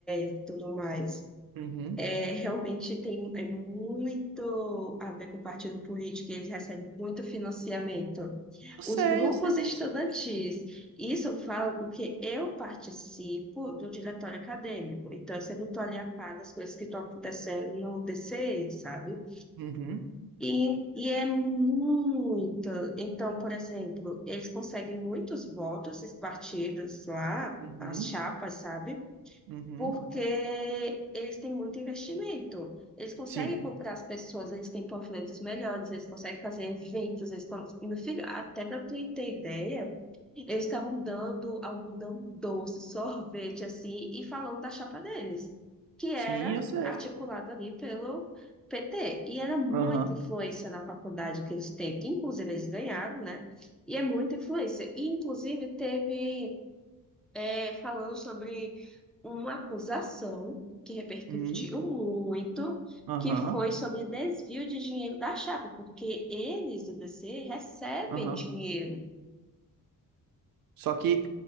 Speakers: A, in the centre; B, on the right.
A: e e tudo mais
B: Uhum.
A: É, realmente tem é muito a ver com o partido político, e eles recebem muito financiamento.
B: Eu
A: Os
B: sei,
A: grupos
B: eu sei disso.
A: estudantis, isso eu falo porque eu participo do diretório acadêmico, então eu sempre estou ali a par das coisas que estão acontecendo no DCE, sabe?
B: Uhum.
A: E, e é muito. Então, por exemplo, eles conseguem muitos votos, esses partidos lá,
B: Uhum.
A: as chapas, sabe?
B: Uhum.
A: porque eles têm muito investimento. Eles conseguem
B: Sim.
A: comprar as pessoas, eles têm panfletos melhores, eles conseguem fazer eventos, eles estão... Meu filho, até para tu ter ideia, eles estavam dando algodão doce, sorvete, assim, e falando da chapa deles, que era
B: Sim, eu sei.
A: articulada ali pelo PT. E era muita
B: Aham.
A: influência na faculdade que eles têm, que inclusive eles ganharam, né? E é muita influência. E, inclusive, teve é, falando sobre uma acusação que repercutiu
B: Uhum.
A: muito,
B: Aham.
A: que foi sobre desvio de dinheiro da chapa, porque eles do DC recebem
B: Aham.
A: dinheiro.
B: Só que,